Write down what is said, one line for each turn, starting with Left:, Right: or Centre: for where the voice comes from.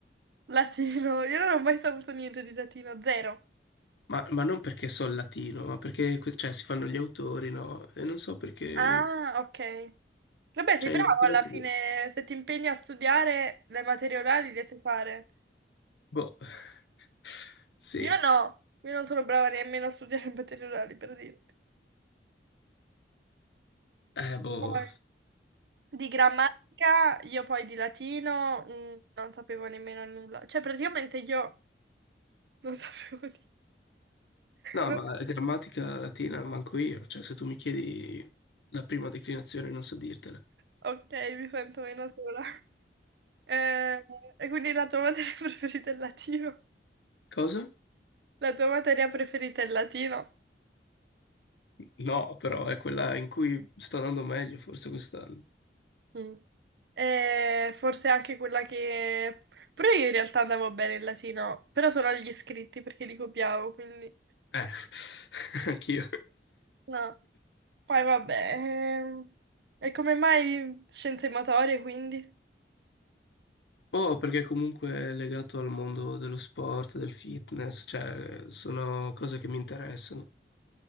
Right: latino. Io non ho mai saputo niente di latino, zero.
Left: Ma, ma non perché so il latino, ma perché que- cioè, si fanno gli autori, no? E non so perché...
Right: Ah, ok. Vabbè, sei
Left: Cioè,
Right: bravo
Left: in letteratura...
Right: alla fine, se ti impegni a studiare le materie orali le sai fare.
Left: Boh. <laughs> Sì.
Right: Io no, io non sono brava nemmeno a studiare <laughs> le materie orali, per dire.
Left: Eh, boh.
Right: Poi, di grammatica, io poi di latino, mm, non sapevo nemmeno nulla. Cioè, praticamente io non sapevo
Left: No,
Right: niente.
Left: ma
Right: <laughs>
Left: grammatica latina manco io, cioè se tu mi chiedi la prima declinazione non so dirtela.
Right: Ok, mi sento meno sola. Eh, e quindi la tua materia <laughs> preferita è il latino?
Left: Cosa?
Right: La tua materia preferita è il latino?
Left: No, però è quella in cui sto andando meglio forse quest'anno.
Right: Mm. E forse anche quella che... Però io in realtà andavo bene il latino, però solo agli iscritti perché li copiavo, quindi...
Left: Eh, <laughs> anch'io.
Right: No. Poi vabbè... ehm, E come mai scienze motorie, quindi?
Left: Oh, perché comunque è legato al mondo dello sport, del fitness, cioè sono cose che mi interessano.